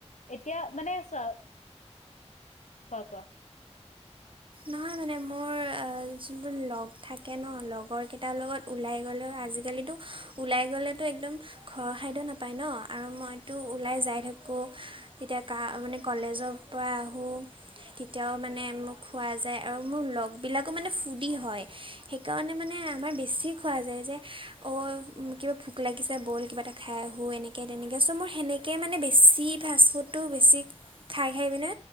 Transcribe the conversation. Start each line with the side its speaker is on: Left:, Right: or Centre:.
Left: এতিয়া মানে চোৱা খোৱা কোৱা।
Right: নহয় মানে মোৰ যোনটোৰ লগ থাকে ন লগৰ কেইটাৰ লগত। ওলাই গ'লেও আজিকালিতো ওলাই গ'লেতো একদম ঘৰ খাদ্য নাপায় ন আৰু মই তো ওলাই যাই থাকোঁ তেতিয়া কা মানে কলেজৰ পৰা আহোঁ। তেতিয়াও মানে মোক- খোৱা যায় আৰু মোৰ লগবিলাকো মানে ফুদি হয়, সেইকাৰণে মানে আমাৰ বেছি খোৱা যায় যে- অঁ কিবা ভোক লাগিছে বল কিবা এটা খাই আহোঁ এনেকে তেনেকে চ' মোৰ সেনেকে- কে মানে বেছি ফাষ্টফুডটো বেছি- খাই খাই মানে